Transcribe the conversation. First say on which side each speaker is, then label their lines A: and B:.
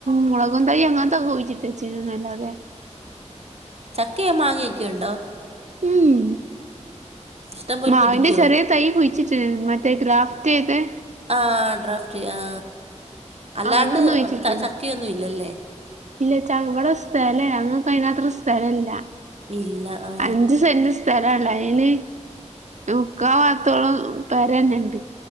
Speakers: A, on the right (about 70°); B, on the right (about 55°).
A: മുളകും തൈ അങ്ങനത്തൊക്കെ ചി...... ചെയുന്നല്ലാതെ.....
B: ചക്കയെ മാങ്ങയൊക്കെുണ്ടോ......
A: ഉം
B: ഇഷ്ടം പോലെ
A: മാവിന്റെ
B: പിടിക്കുവോ
A: ചെറിയ തൈ കുഴിച്ചിട്ട് മറ്റേ ഗ്രാഫ്..... <unintelligible>
B: ആ ഡ്രാഫ്റ്റ് ചെയ ആ അല്ലാണ്ട്
A: അതൊന്ന് കുഴിച്ചിട്ടുണ്ട്
B: ചക്കയൊന്നും ഇല്ലല്ലേ......
A: ഇല്ല ചമ്മടെ സ്ഥലല്ലല്ല അങ്ങ് അക സ്ഥലല്ല......
B: ഇല്ല ആ
A: അഞ്ച് സെന്റ് സ്ഥലല്ലോ അയിന്...... മിക്ക ഭാത്തോളം പേര തന്നെണ്ട്......